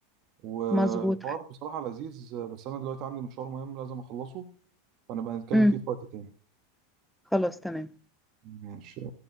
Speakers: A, on the right; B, in the centre.
A: والحوار
B: مظبوط
A: بصراحة لذيذ بس أنا دلوقتي عندي مشوار مهم لازم أخلصه فنبقى نتكلم
B: مم.
A: فيه في وقت تاني
B: خلاص تمام
A: ماشي